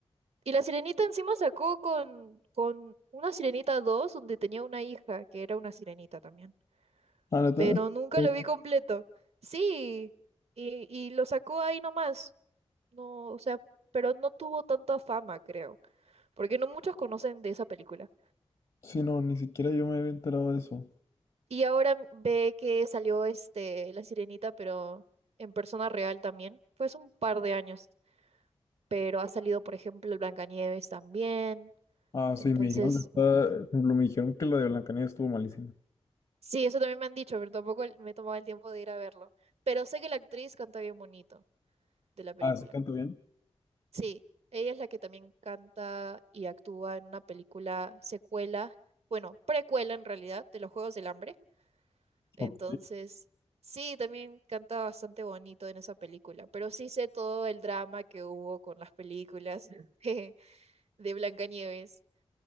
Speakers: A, on the right; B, on the left.
A: Y la sirenita encima sacó con, con una sirenita 2, donde tenía una hija que era una sirenita también.
B: Ah, neta,
A: Pero
B: es-
A: nunca
B: eh,
A: lo vi completo. Sí, y, y lo sacó ahí nomás. No, o sea, pero no tuvo tanta fama, creo, porque no muchos conocen de esa película.
B: sí, no, ni siquiera yo me había enterado de eso.
A: Y ahora ve que salió este La Sirenita, pero en persona real también. Fue hace un par de años, pero ha salido, por ejemplo, el Blancanieves también.
B: Ah, sí,
A: Entonces,
B: me dijeron que está, por ejemplo, me dijeron que la de Blancanieves estuvo malísima.
A: sí, eso también me han dicho, pero tampoco el- me tomaba el tiempo de ir a verlo. Pero sé que la actriz canta bien bonito de la película.
B: Ah, ¿sí canta bien?
A: Sí, ella es la que también canta y actúa en una película secuela, bueno, precuela en realidad, de los Juegos del Hambre Entonces,
B: Ok.
A: sí, también canta bastante bonito en esa película, pero sí sé todo el drama que hubo con las películas <laughs> de, de Blancanieves.